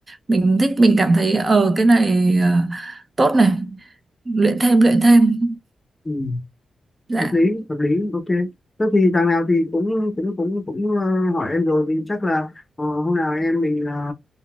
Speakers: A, on the right (about 35°); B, on the left (about 25°).
A: mình thích mình cảm thấy ờ cái này ờ, tốt này luyện thêm luyện thêm
B: ừ.
A: dạ
B: hợp lý hợp lý ok thế thì đằng nào thì cũng cũng cũng cũng ờ, hỏi em rồi vì chắc là ờ, hôm nào em mình ờ,